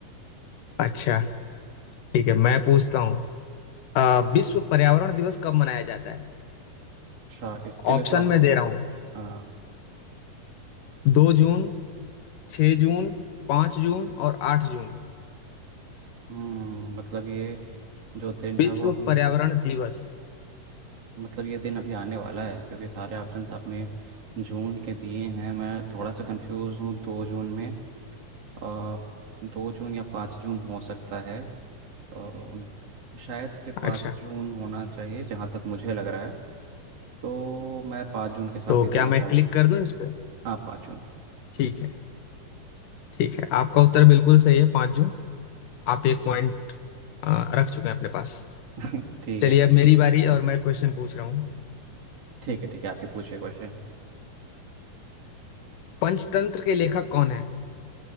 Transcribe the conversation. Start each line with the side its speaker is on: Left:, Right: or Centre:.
Left: अच्छा ठीक है मैं पूछता हूँ अ, विश्व पर्यावरण दिवस कब मनाया जाता है
Right: अच्छा इसके लिए
Left: ऑप्शन
Right: तो आप
Left: मैं दे रहा हूँ
Right: हाँ
Left: दो जून छह जून पांच जून और आठ जून
Right: हम्म मतलब ये जो दिन है
Left: विश्व
Right: वो अभी
Left: पर्यावरण दिवस
Right: मतलब ये दिन अभी आने वाला है क्योंकि सारे ऑप्शंस आपने जून के दिए हैं मैं थोड़ा सा कंफ्यूज हूँ दो जून में अ, दो जून या पाँच जून हो सकता है अ, शायद से पाँच
Left: अच्छा
Right: जून होना चाहिए जहाँ तक मुझे लग रहा है तो मैं पाँच जून के साथ
Left: तो
Right: ही जाना
Left: क्या मैं
Right: चाहूँ
Left: क्लिक कर दूं इस पे
Right: हाँ पाँच जून
Left: ठीक है ठीक है आपका उत्तर बिल्कुल सही है पांच जून आप एक पॉइंट रख चुके हैं अपने पास
Right: <laughs> ठीक
Left: चलिए
Right: है
Left: अब मेरी बारी और मैं क्वेश्चन पूछ रहा हूँ
Right: ठीक है ठीक है आप ही पूछिए क्वेश्चन
Left: पंचतंत्र के लेखक कौन है